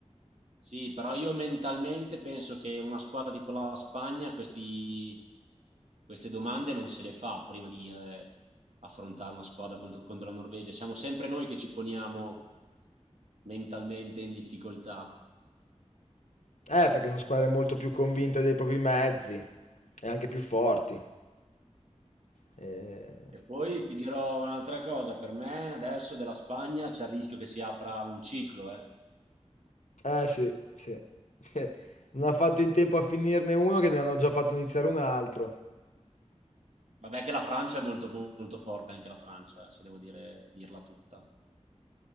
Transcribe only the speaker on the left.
Eh, perché sono squadre molto più convinte dei propri mezzi e anche più forti. Eh,
eh, sì, sì. <laughs> Non ha fatto in tempo a finirne uno che ne hanno già fatto iniziare un altro.